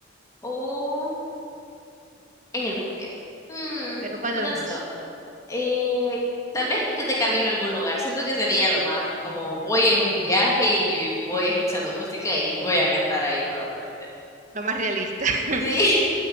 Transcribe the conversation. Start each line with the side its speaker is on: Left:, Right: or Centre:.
Left: o en el bosque. Mm,
Right: Pero ¿cuál
Left: Bueno,
Right: de los
Left: esto.
Right: dos?
Left: Eh, tal vez que de camino a algún lugar. Siento que sería lo más como voy en un viaje y voy escuchando música y voy a cantar ahí probablemente.
Right: Lo más realista, <laughs>
Left: Sí,